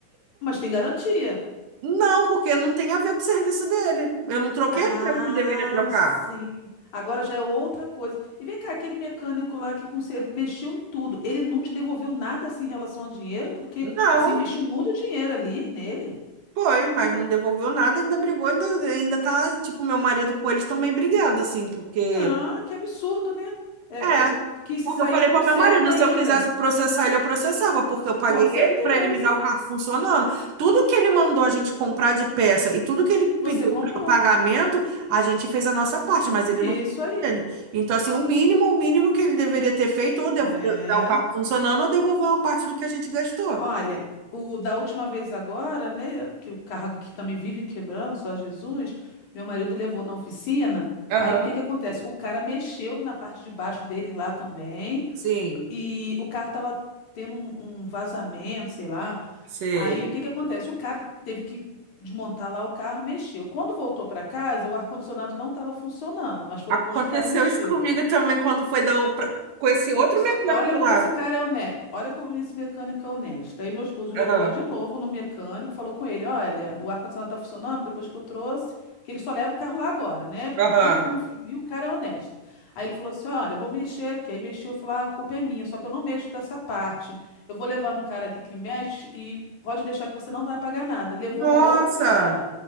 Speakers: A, on the left (about 65°); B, on the right (about 75°).
A: mas tem garantia.
B: <laughs> Não, porque não tem a ver com o serviço dele. Eu não troquei
A: Ah,
B: a peça que deveria trocar.
A: sim. Agora já é outra coisa. E vem cá, aquele mecânico lá que conser... mexeu em tudo, ele não te devolveu nada assim em relação a dinheiro, porque
B: Não,
A: você investiu muito dinheiro ali nele.
B: foi, mas não devolveu nada, ainda brigou, ainda, ainda tá, tipo, meu marido com eles estão meio brigados, assim, porque
A: Ah, que absurdo, né? É,
B: É,
A: é que se
B: porque
A: sair
B: eu falei
A: como
B: pro meu
A: certo
B: marido,
A: ainda.
B: se eu quisesse processar ele, eu processava, porque eu paguei
A: Com certeza.
B: ele para ele me dar o carro funcionando. Tudo que ele mandou a gente comprar de peça e tudo que ele pediu
A: Você comprou.
B: para pagamento, a gente fez a nossa parte, mas ele
A: Isso
B: não fez
A: aí.
B: dele. Então, assim, o mínimo, o mínimo que ele deveria ter feito, ou dev-
A: É.
B: dar o É. carro funcionando, ou devolver uma parte do que a gente gastou.
A: Olha, o da última vez agora, né, que o carro que também vive quebrando, só Jesus, meu marido levou na oficina.
B: Aham.
A: Aí o que que acontece? O cara mexeu na parte de baixo dele lá também,
B: Sim,
A: e o carro tava tendo um, um vazamento, sei lá.
B: sei.
A: Aí o que que acontece? O cara teve que desmontar lá o carro, mexeu. Quando voltou para casa, o ar-condicionado não estava funcionando, mas foi
B: Aconteceu
A: depois que o cara mexeu.
B: isso comigo também quando foi dar o- pra- com esse outro
A: Só
B: mecânico
A: que olha como
B: lá.
A: esse cara é honesto, olha como esse mecânico é honesto. Aí meu esposo levou
B: Aham,
A: lá de novo no mecânico, falou com ele, olha, o ar-condicionado tá funcionando depois que eu trouxe, que ele só leva o carro lá agora, né? Porque
B: aham.
A: viu, a confi- viu o cara é honesto. Aí ele falou assim, olha, eu vou mexer aqui. Aí mexeu, eu falei, ah, a culpa é minha, só que eu não mexo com essa parte. Eu vou levar num cara aqui que mexe e pode deixar que você não vai pagar nada. Levou
B: Nossa!
A: num outro cara,